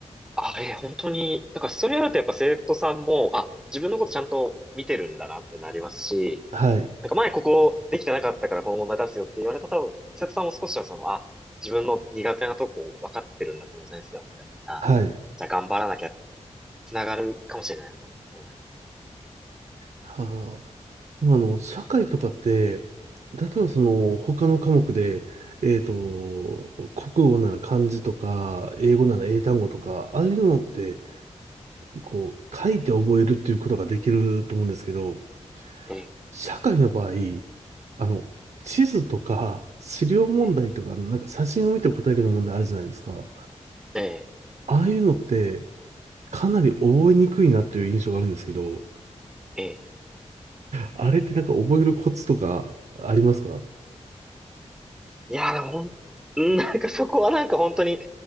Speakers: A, in the centre; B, on the right.
A: あ、え本当に、だからそれやるとやっぱ生徒さんも、あ、自分のことちゃんと見てるんだなってなりますし、
B: はい。
A: なんか前ここできてなかったからこの問題出すよって言われた多分、生徒さんも少しはその、あ、自分の苦手なとこ分かってるんだ、この先生は、みたいな。
B: はい。
A: じゃあ頑張らなきゃっていう、つながるかもしれないなと思いますね。
B: はあ。でもあの、社会とかって、例えばその、他の科目で、えっと、国語なら漢字とか、英語なら英単語とか、ああいうのって、こう、書いて覚えるっていうことができると思うんですけど、
A: ええ、
B: 社会の場合、あの、地図とか資料問題とか、
A: ええ、
B: なんか写真を見て答えるような問題あるじゃないですか。
A: え
B: ああいうのって、かなり覚えにくいなっていう印象があるんですけど、
A: え、ええ。
B: あれってなんか覚えるコツとかありますか
A: いや、でもほん、うんなんかそこはなんか本当に、